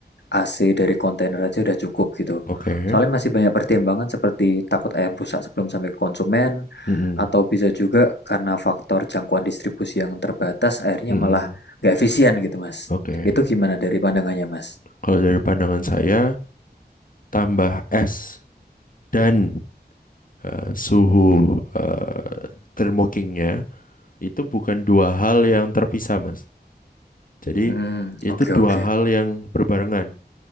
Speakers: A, on the left; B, on the left.
A: AC dari kontainer aja udah cukup gitu.
B: oke
A: Soalnya masih banyak pertimbangan seperti takut ayam rusak sebelum sampai ke konsumen,
B: Mm-mm.
A: atau bisa juga karena faktor jangkauan distribusi yang terbatas akhirnya
B: Mm-mm.
A: malah nggak efisien gitu mas.
B: oke
A: Itu gimana dari pandangannya mas?
B: Kalau dari pandangan saya, tambah es dan eh, suhu eh, termokingnya itu bukan dua hal yang terpisah, Mas. Jadi
A: Hmm, oke
B: itu
A: oke.
B: dua hal yang berbarengan.